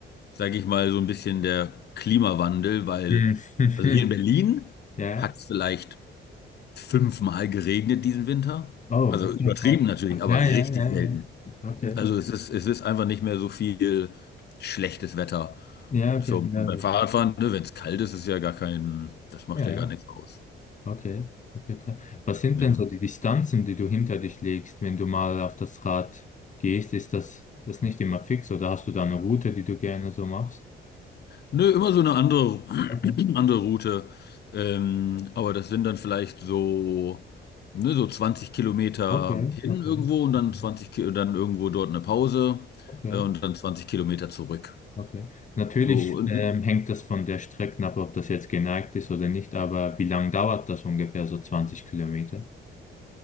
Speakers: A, on the left; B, on the left.
A: sage ich mal, so ein bisschen der Klimawandel, weil,
B: Hm.
A: also hier in Berlin
B: <laughs> Ja.
A: hat es vielleicht fünfmal geregnet diesen Winter.
B: Oh,
A: Also
B: okay,
A: übertrieben
B: krass.
A: natürlich, aber
B: Ja,
A: richtig
B: ja, ja,
A: selten.
B: ja. Okay.
A: Also es ist, es ist einfach nicht mehr so viel schlechtes Wetter.
B: Ja, okay,
A: Zum,
B: glaube
A: und beim Fahrradfahren,
B: ich.
A: ne, wenn es kalt ist, ist ja gar kein, das macht
B: Ja,
A: ja
B: ja,
A: gar nichts aus.
B: okay, okay, krass. Was sind
A: Ja.
B: denn so die Distanzen, die du hinter dich legst, wenn du mal auf das Rad gehst? Ist das, das nicht immer fix oder hast du da eine Route, die du gerne so machst?
A: Nö, immer so eine andere,
B: Okay,
A: <clears throat> andere Route. Ähm, aber das sind dann vielleicht so, ne, so 20 Kilometer
B: okay,
A: hin
B: okay,
A: irgendwo und
B: mhm,
A: dann 20, Ki- dann irgendwo dort eine Pause
B: okay,
A: äh, und dann 20 Kilometer zurück.
B: okay. Natürlich
A: So, und,
B: ähm, hängt das von der Strecke ab, ob das jetzt geneigt ist oder nicht, aber wie lange dauert das ungefähr, so zwanzig Kilometer?